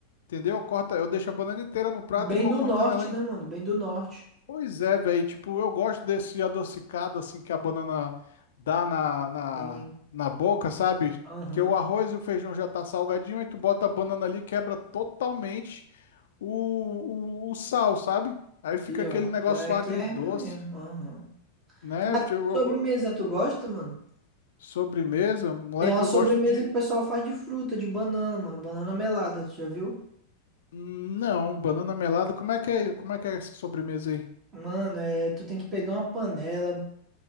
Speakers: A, on the left; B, on the right.
A: entendeu? Eu corto, eu deixo a banana inteira no prato
B: Bem
A: e vou
B: do
A: cortando
B: norte,
A: ela,
B: né, mano? Bem do norte.
A: Pois é, velho. Tipo, eu gosto desse adocicado assim que a banana dá na, na,
B: Sim,
A: na boca, sabe?
B: aham.
A: Que o arroz e o feijão já tá salgadinho, aí tu bota a banana ali, quebra totalmente o, o, o sal, sabe? Aí fica
B: Pior,
A: aquele negócio
B: pior é
A: agridoce,
B: que é R B mesmo, aham.
A: né?
B: Cara,
A: Eu-
B: que sobremesa
A: eu go-
B: tu gosta, mano?
A: sobremesa, moleque,
B: Tem uma
A: eu
B: sobremesa
A: gosto de.
B: que o pessoal faz de fruta, de banana, mano. Banana melada, tu já viu?
A: Não, banana melada. Como é que é, como é que é essa sobremesa aí?
B: Mano, é, tu tem que pegar uma panela,